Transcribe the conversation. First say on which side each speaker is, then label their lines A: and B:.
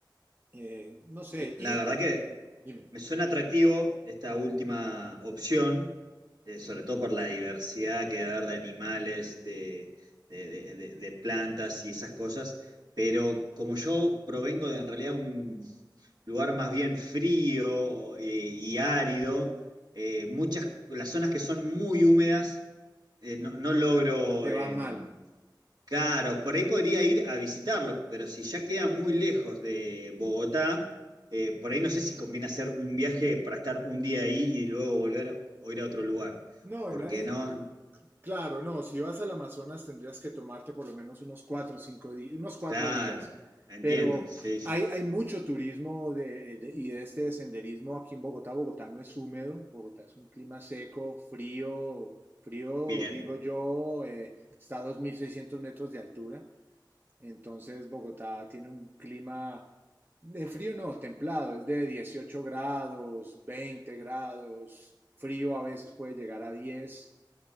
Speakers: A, on the right; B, on the right.
A: eh, no sé, y
B: La verdad que
A: Dime.
B: me suena atractivo esta última opción, eh, sobre todo por la diversidad que va a haber de animales, de, de- de- de- de plantas y esas cosas, pero como yo provengo de en realidad un lugar más bien frío eh, y árido, eh, muchas, las zonas que son muy húmedas, eh, no, no logro...
A: te
B: em,
A: va mal.
B: Claro, por ahí podría ir a visitarlo, pero si ya queda muy lejos de Bogotá, eh, por ahí no sé si conviene hacer un viaje para estar un día ahí y luego volver o ir a otro lugar.
A: No,
B: Porque
A: en la- eh,
B: no,
A: Claro, no, si vas al Amazonas tendrías que tomarte por lo menos unos cuatro o cinco días, unos cuatro
B: claro,
A: días.
B: entiendo,
A: Pero
B: sí, sí.
A: hay, hay mucho turismo de, de- y de este de senderismo aquí en Bogotá. Bogotá no es húmedo, Bogotá es un clima seco, frío, frío,
B: bien,
A: digo yo, eh, está a 2.600 metros de altura. Entonces Bogotá tiene un clima, de frío no, templado, es de 18 grados, 20 grados, frío a veces puede llegar a 10.